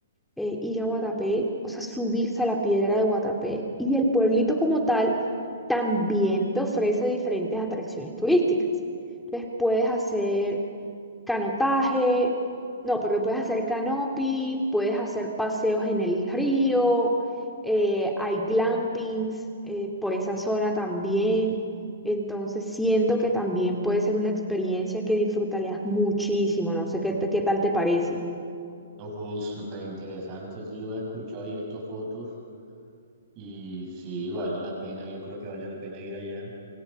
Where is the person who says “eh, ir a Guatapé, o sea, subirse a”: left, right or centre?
Centre